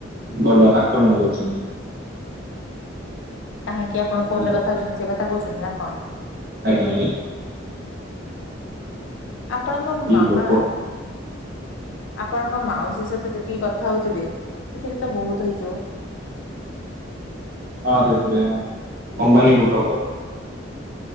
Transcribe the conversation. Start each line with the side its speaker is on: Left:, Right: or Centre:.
Right: ଗଣ୍ଡ ଆକ୍ରମଣ କରୁଛନ୍ତି।
Left: କାହିଁକି ଆପଣ ଫୋନରେ
Right: ବୁଝିଲ
Left: କଥା ହଉଛନ୍ତି, ସେଇ କଥା କହୁଛନ୍ତି ନା କଣ?
Right: ଆଜ୍ଞା ଆଜ୍ଞା।
Left: ଆପଣଙ୍କ
Right: କି
Left: ମାମା
Right: ଲୋକ
Left: ଆପଣଙ୍କ ମାଉସୀ ସହିତ ଯେତିକି କଥା ହଉଥିବେ, ସେତିକି ତ ବହୁତ ହେଇଯିବ?
Right: ହଁ ସେପରି ଆ ଅମ୍ବାନୀକୁ ଟକ୍କର।